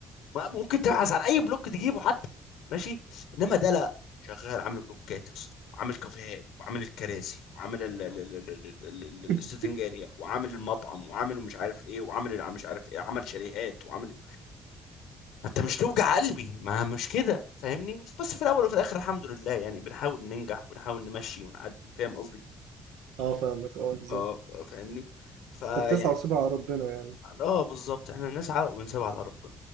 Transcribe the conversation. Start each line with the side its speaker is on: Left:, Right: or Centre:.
Left: ما- ممكن تبحث عن اي بلوك تجيبه حتى ماشي انما ده لا شغال عامل بلوكات يا اسطى وعامل كافيهات وعامل الكراسي وعامل ال- ال- ال- ال- ال- ال- ال-
Right: <laughs>
Left: السيتنج اريا وعامل المطعم وعامل مش عارف ايه وعامل الع- مش عارف ايه عمل شاليهات وعامل ما انت مش توجع قلبي ما مش كده فاهمني بس في الاول وفي الاخر الحمد لله يعني بنحاول ننجح وبنحاول نمشي ونعدي فاهم قصدي
Right: اه فاهمك اه بالظبط
Left: اه فاهمني فيعني
Right: طب تسعى وسيبها على ربنا يعني
Left: اه بالظبط احنا نسعى ونسيب على ربنا